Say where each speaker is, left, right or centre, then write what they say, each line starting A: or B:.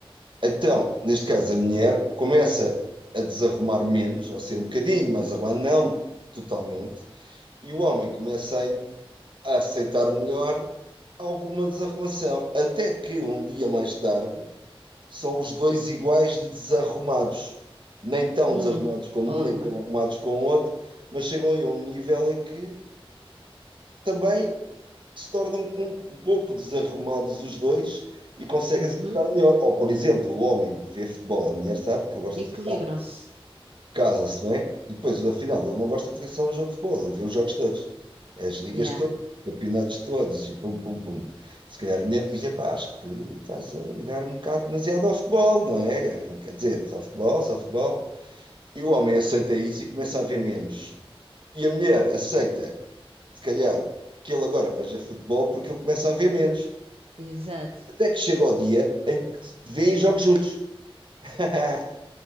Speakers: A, on the right; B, on the right.
A: Então, neste caso, a mulher começa a desarrumar menos, ou a ser um bocadinho mais arrumada, não totalmente, e o homem começa a a aceitar melhor alguma desarrumação. Até que um dia mais tarde, são os dois iguais de desarrumados. Nem tão
B: Uhum.
A: desarrumados como
B: Orma.
A: um, nem tão arrumados como o outro, mas chegam a um nível em que também se tornam um pouco desarrumados os dois e conseguem
B: Uhum.
A: se dar melhor. Ou, por exemplo, o homem vê futebol, a mulher sabe que ele gosta
B: Equilibram-se.
A: de futebol casa-se, não é? E depois, afinal, ele não gosta de ver só um jogo de futebol, ele vê os jogos todos, É as ligas
B: Yeah.
A: todas, os campeonatos todos e pum, pum, pum. Se calhar a mulher diz: pá, acho que estás a ligar um bocado demasiado ao futebol, não é? Quer dizer, só futebol, só futebol. E o homem aceita isso e começa a ver menos. E a mulher aceita, se calhar, que ele agora veja futebol porque ele começa a ver menos.
B: Exato.
A: Até que chega o dia em que vêem jogos juntos. <laughs> Estás